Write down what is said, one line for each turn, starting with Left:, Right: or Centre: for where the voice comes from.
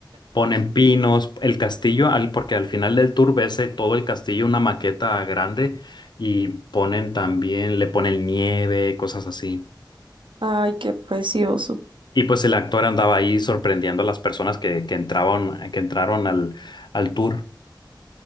Left: Ponen pinos, el castillo, al- porque al final del tour ves eh, todo el castillo, una maqueta grande, y ponen también, le ponen nieve, cosas así.
Right: Ay, qué precioso.
Left: Y pues el actor andaba ahí sorprendiendo a las personas que, que entraban, que entraron al, al tour.